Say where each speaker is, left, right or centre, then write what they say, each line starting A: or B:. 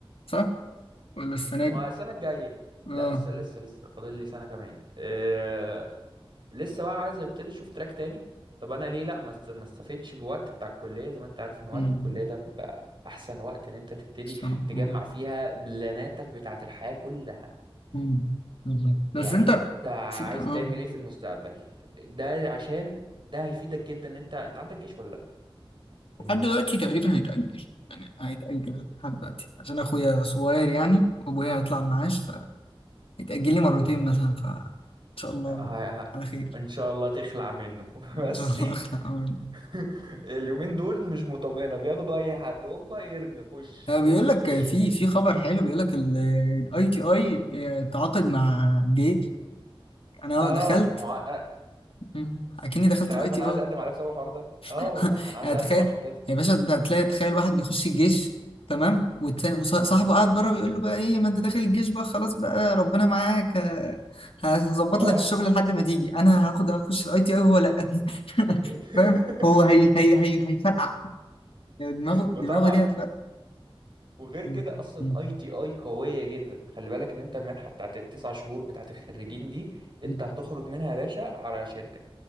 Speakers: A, on the left; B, on the right.
A: صح ولا السنة
B: ما
A: دي؟
B: السنه الجايه
A: أه
B: لا لسه لسه لسه فاضل لي سنه كمان أه لسه بقى عايز ابتدي اشوف تراك تاني طب انا ليه لا ما است- ما استفدتش بوقت بتاع الكليه زي ما انت عارف ان وقت
A: مم.
B: الكليه ده بيبقى احسن وقت ان انت تبتدي
A: صح
B: تجمع
A: آه.
B: فيها بلاناتك بتاعت الحياه كلها
A: مم. بالظبط بس
B: يعني
A: أنت
B: انت عايز
A: بس أنت أه
B: تعمل ايه في المستقبل ده عشان ده هيفيدك جدا ان انت انت عندك جيش ولا لا بالمناسبة
A: لحد دلوقتي تقريبا هيتأجل يعني هيتأجل لحد دلوقتي عشان أخويا صغير يعني وأبويا هيطلع المعاش فهيتأجل لي مرتين مثلا فإن شاء الله
B: ه... ه...
A: على خير
B: ان شاء الله تخلع منه <laughs>
A: إن
B: بس
A: شاء الله <laughs> أخلع أمين
B: <laughs> اليومين دول مش مطمئنة بياخدوا اي حد هوبا يرمي خش
A: آه، بيقول
B: خش
A: لك
B: خش
A: في في خبر حلو بيقول لك الاي تي اي تعاقد مع جيش انا
B: اه
A: دخلت
B: ما هو
A: مم. اكني دخلت
B: انت عارف
A: الاي تي
B: انا
A: اي
B: عايز اقدم على إيه بسبب الحوار ده اه
A: <laughs>
B: والله انا عايز
A: يعني
B: اقدم
A: تخيل
B: عشان كده
A: يا باشا انت هتلاقي تخيل واحد بيخش الجيش تمام والتاني وصاحبه قاعد بره بيقول له بقى ايه ما انت داخل الجيش بقى خلاص بقى ربنا معاك ه- هظبط
B: اه
A: لك الشغل لحد ما تيجي انا هاخد هخش الاي تي اي وهو لا
B: <laughs>
A: <laughs> فاهم هو هي هي هي هيفرقع يعني دماغه دماغه
B: وطبعا
A: دي هتفرقع
B: وغير
A: م-
B: كده اصلا
A: م-
B: اي تي اي قويه جدا خلي بالك ان انت المنحه بتاعت التسع شهور بتاعت الخريجين دي انت
A: م-
B: هتخرج منها يا باشا على شركه